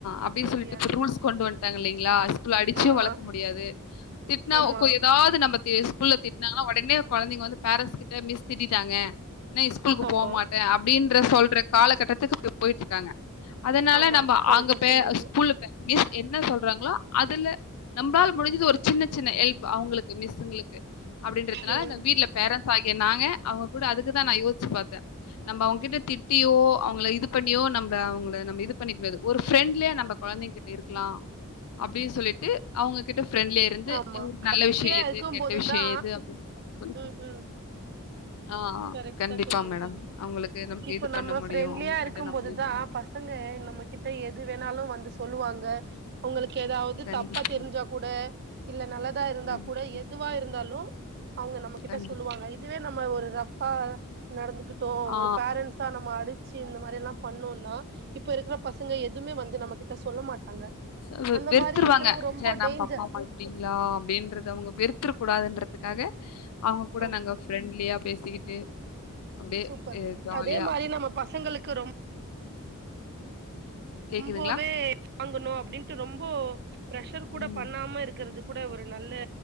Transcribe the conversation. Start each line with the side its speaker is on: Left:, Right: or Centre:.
Left: அப்டின் சொல்லிட்டு
Right: முடியாது
Left: இப்ப ரூல்ஸ் கொண்டு வந்ட்டாங்க இல்லைங்களா ஸ்கூல்ல அடிச்சி
Right: ஆமா
Left: வளக்க முடியாது திட்னா
Right: ஆமா
Left: கு எதாவது நம்ப தே ஸ்கூல்ல திட்டனாங்கனா ஒடனே கொழந்தைங்க வந்து பேரன்ஸ் கிட்ட மிஸ் திட்டிட்டாங்க இன்னே ஸ்கூலுக்கு
Right: ஆமா
Left: போ மாட்டன் அப்டின்ற சொல்ற காலகட்டத்துக்கு இப்ப போயிட்டு இருக்காங்க அதனால
Right: ஆமா
Left: நம்ப
Right: கரெக்டா
Left: அங்க பே
Right: சொன்னீங்க
Left: ஸ்கூல்ல பே மிஸ் என்ன சொல்றாங்களோ அதுல நம்பளால முடிஞ்சது ஒரு சின்ன சின்ன ஹெல்ப் அவங்களுக்கு மிஸ்ஸுங்களுக்கு அப்டின்றதுனால
Right: ம்
Left: இந்த வீட்ல பேரன்ட்ஸ் ஆகிய நாங்க அவுங்க கூட அதுக்குதா நா யோசிச்சி பாத்தன் நம்ப அவங்ககிட்ட திட்டியோ அவங்கள இது பண்ணியோ நம்ம அவங்கள நம்ம இது பண்ணிக்க கூடாது ஒரு ஃப்ரெண்ட்லியா நம்ப கொழந்தைங்கிட் டிருக்கலாம் அப்டி சொல்லிட்டு அவுங்ககிட்ட பிரெண்ட்லியா டுருந்து
Right: ஆமா
Left: ஔ நல்ல விஷியம்
Right: ஃப்ரீயா
Left: எது
Right: இருக்கும்
Left: கெட்ட
Right: போதுதா
Left: விஷியம் எது அப்டின் சொல்லி
Right: ம் ம்
Left: ஆ
Right: கரெக்டா
Left: கண்டிப்பா
Right: சொன்னீங்க
Left: மேடம்
Right: தோழி
Left: அவுங்களுக்கு நமக்கு
Right: இப்ப
Left: இது பண்ண
Right: நம்ம
Left: முடியும்
Right: ஃப்ரெண்ட்லியா
Left: அவங்ககிட்ட
Right: இருக்கும்
Left: நம்ப
Right: போதுதா
Left: இது
Right: பசங்க நம்மகிட்ட எது வேணாலும் வந்து சொல்லுவாங்க அவுங்களுக்கு எதாவது
Left: கண்டிப்பா
Right: தப்பா தெரிஞ்சா கூட இல்ல நல்லதா இருந்தா
Left: கண்டிப்பா
Right: கூட எதுவா இருந்தாலும் அவுங்க நம்மகிட்ட
Left: கண்டிப்பா.
Right: சொல்லுவாங்க இ இதுவே நம்ம ஒரு ரஃபா நடந்துகிட் டோ
Left: ஆ
Right: ஒரு பேரண்ட்ஸா நம்ம அடிச்சி இந்த மாரி எல்லாம் பண்ணோனா இப்ப இருக்கிற பசங்க எதுமே வந்து நம்ம கிட்ட சொல்ல மாட்டாங்க
Left: ச
Right: அந்த
Left: வெறுத்துருவாங்க
Right: மாரி இருக்கிறது ரொம்ப
Left: ச்ச நம்ம
Right: டேஞ்சர்
Left: அப்பா அம்மா இப்டிங்களா அப்டின்றத அவுங்க வெருத்துற கூடாதுன்றதுக்காக அவங்க கூட
Right: ஆமா
Left: நாங்க ப்ரெண்ட்லியா பேசிக்கிட்டு அப்டியே
Right: சூப்பர்
Left: எ ஜாலியா
Right: அதே மாரி நம்ம பசங்களுக்கு ரொம்
Left: கேக்குதுங்களா
Right: ம்போவே வாங்கணும் அப்டின்ட்டு ரொம்போ பிர்ஷர் கூட
Left: ம்
Right: பண்ணாம இருக்கிறது கூட ஒரு நல்ல